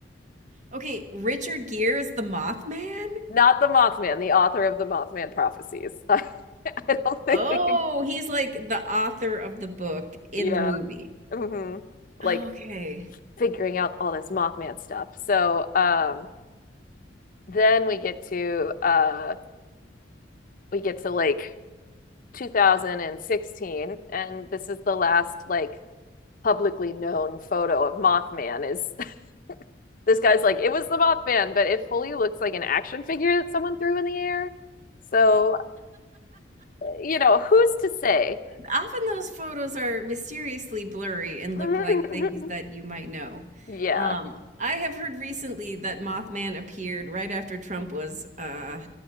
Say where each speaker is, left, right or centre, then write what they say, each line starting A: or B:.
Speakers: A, on the right; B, on the left.
A: Okay, Richard Gere is the Mothman?
B: not the Mothman, the author of the Mothman prophecies. <laughs> I don't think
A: Oh,
B: we can,
A: he's like the author of the book in
B: yeah,
A: the movie.
B: hmm like
A: Okay.
B: figuring out all this Mothman stuff. So um, then we get to uh, we get to like 2016, and this is the last like publicly known photo of Mothman is <laughs> this guy's like, it was the Mothman, but it fully looks like an action figure that someone threw in the air. So, you know, who's to say?
A: often those photos are mysteriously blurry and
B: <laughs>
A: look like things that you might know.
B: yeah.
A: Um, I have heard recently that Mothman appeared right after Trump was uh,